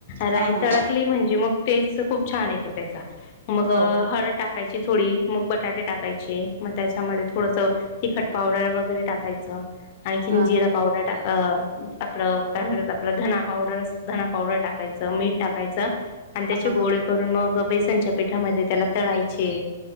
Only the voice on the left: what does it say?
राई
तडकली म्हणजे मग ते खूप छान येतो त्याचा मग
हळद टाकायची थोडी मग बटाटे टाकायचे मग त्याच्यामध्ये थोडस तिखट पावडर वगैरे टाकायचं आणखीन
जिरा
पावडर टा आपलं काय म्हणतात आपला धना पावडर अस ध पावडर टाकायचं, मीठ टाकायचं आणि त्याचे
गोळे ग पै. त्यांच्या पिठामध्ये त्याला तळायचे